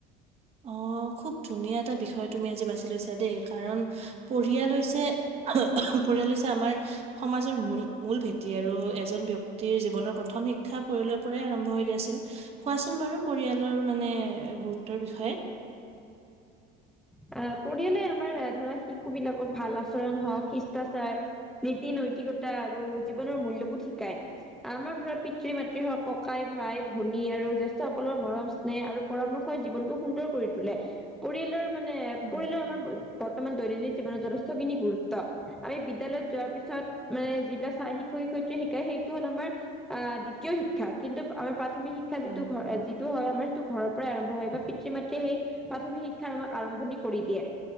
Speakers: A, on the right; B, in the centre.
A: অ' খুব ধুনীয়া এটা বিষয় তুমি আজি বাছি লৈছা দেই কাৰণ পৰিয়াল হৈছে। পৰিয়াল হৈছে, আমাৰ সমাজৰ মূল-মূল ভেটি আৰু এজন ব্যক্তিৰ জীৱনৰ প্ৰথম সম শিক্ষা পৰিয়ালৰ পৰা আৰম্ভ হয় দিয়া চোন, কোৱাচোন বাৰু পৰিয়ালৰ মানে গুৰুত্বৰ বিষয়ে।
B: অ' পৰিয়ালে আমাৰ ধৰা শিশু বিলাকক ভাল আচৰণ হওক, শিষ্টাচাৰ নীতি-নৈতিকতা আৰু জীৱনৰ মূল্যবোধ শিকাই, আমাৰ ধৰা পিতৃ- মাতৃ হক। ককাই ভাই-ভনী আৰু জ্যেষ্ঠসকলৰ মৰম-স্নেহে আৰু পৰামৰ্শই জীৱনটো সুন্দৰ কৰি তোলে। পৰিয়ালৰ মানে
A: উম,
B: পৰিয়ালৰ আমাৰ। বৰ্তমান দৈনন্দিন জীৱনত যথেষ্টখিনি গুৰুত্ব আমি বিদ্যালয়ত যোৱাৰ পিছত মানে যিবিলাক চাই শিক্ষক শিক্ষয়িত্ৰী শিকায় সেইটো হ'ল আমাৰ দ্বিতীয় শিক্ষা কিন্তু আমাৰ প্ৰাথমিক শিক্ষা যিটো
A: হয়
B: ঘৰ যিটো হয় আমাৰ, সিটো ঘৰ পৰাই আৰম্ভ বা পিতৃ-মাতৃয়ে সেই প্ৰাথমিক শিক্ষা আৰম্ভণি কৰি দিয়ে